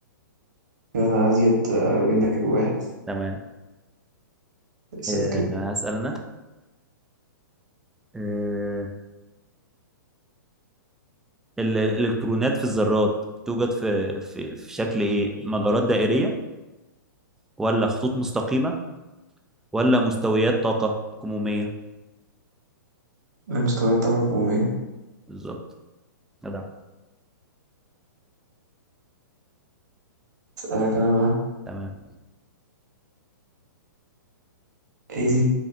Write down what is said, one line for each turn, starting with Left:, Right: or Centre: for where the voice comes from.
Right: يعني أنا أزيد آه، منك بواحد
Centre: تمام
Right: اسأل
Centre: آه،
Right: كده
Centre: هسأل أنا آه، ال- الإلكترونات في الذرات توجد في في في شكل ايه مدارات دائرية ولا خطوط مستقيمة ولا مستويات طاقة كمومية
Right: أنا مستويات طاقة كمية
Centre: بالظبط جدع
Right: أسألك أنا بقى
Centre: تمام
Right: إيه ال-